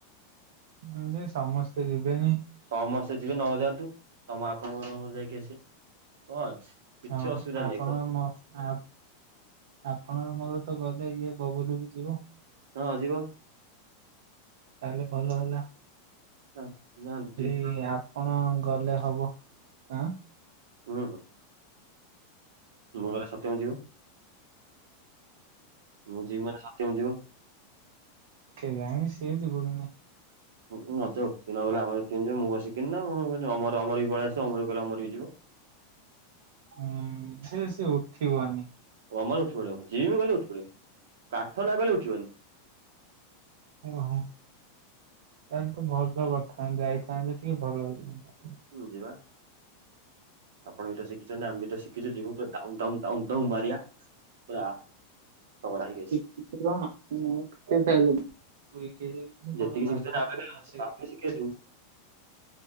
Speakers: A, on the right; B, on the right.
A: ହୁଁ ଯେ ସମସ୍ତେ ଯିବେନି
B: ସମସ୍ତେ ଯିବେ ନ ଯାଆନ୍ତୁ ତମ ଆପଣଙ୍କର ଯାଇକି ଆସିବ କଣ ଅଛି। କିଛି
A: ହଁ
B: ଅସୁବିଧା
A: ଆପଣ
B: ନାହିଁ
A: ଙ୍କର ମୋର ଆ ଆପଣ ମୋର ତ ଗଲେ ଇଏ ବବୁଲୁ ବି ଯିବ।
B: ହଁ ଯିବ
A: ତାହେଲେ ଭଲ ହେଲା।
B: ହ ନିଅନ୍ତୁ ଯେ
A: କି ଆପଣ ଗଲେ ହବ ହଁ
B: ହୁଁ ହଁ। ମୁଁ ଗଲେ ସତ୍ୟମ ଯିବ। ମୁଁ ଯିବି ମାନେ ସତ୍ୟମ ଯିବ।
A: କେଜାଣି ସେ ଯିବ କି ନାଇଁ।
B: ହୁଁ ନଯାଉ ସିଏ ନ ଗଲେ ଆମର କେନ୍ତି ଯିବ। ମୁଁ କଣ ସିକିନି ନା କମରମର ବି ପଳେଇ ଆସିବ ଅମର କହିଲେ ଅମର ବି ଯିବ।
A: ହୁଁ ସେ ସେ ଉଠିବନି।
B: ଅମର ଉଠି ପଡ଼ିବ ଯିଏ ବି ଗଲେ ଉଠିପଡିବ। ପାଠ ନା କହିଲେ ଉଠିବନି।
A: ହଁ ହଁ ତାହଲେ ତ ଭଲ କଥା ଯାଇଥାନ୍ତେ ଟିକେ ଭଲ ହେଇଥାନ୍ତା।
B: ହୁଁ ଯିବା। ଆପଣ ବି ତ ଶିଖିଛନ୍ତି। ଆମେ ବି ତ ଶିଖିଛ ଯିବୁ ପୁରା ଡାଉନ ଡାଉନ ମାରିଆ। ପୁରା ଥବଡ଼ା ହେଇକି ଆସିବେ।
A: <unintelligible>
B: ଯେତିକି
A: ମାରିବ
B: ଶିକ୍ଷା ଆମେ ନେଲୁ
A: ମାସେ ଖଣ୍ଡେ
B: ଆମେ ବି ଶିଖେଇଦେବୁ।
A: ଲାଗିବ।